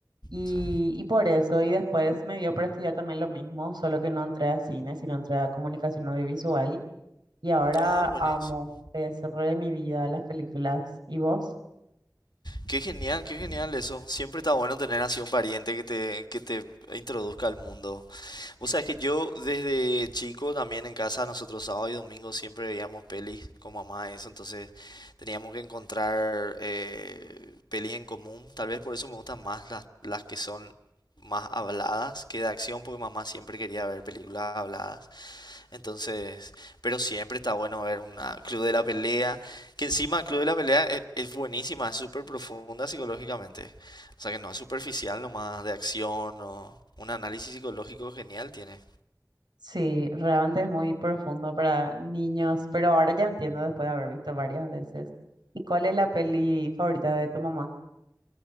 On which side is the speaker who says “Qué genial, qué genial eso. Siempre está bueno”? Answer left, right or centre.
Left